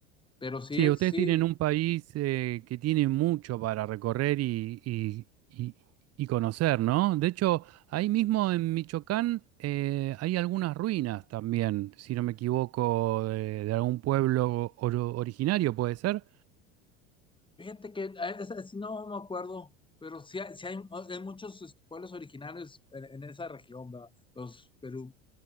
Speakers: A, on the left; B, on the right.
A: Pero sí,
B: Sí, ustedes
A: sí,
B: tienen un país eh, que tiene mucho para recorrer y, y- y- y conocer, ¿no? De hecho, ahí mismo en Michoacán eh, hay algunas ruinas también, si no me equivoco, de, de algún pueblo oro- originario, ¿puede ser?
A: fíjate que a esa sí no me acuerdo, pero sí, hay, sí hay- hay muchos este, pueblos originarios en, en esa región, ¿verdad? Los Perú,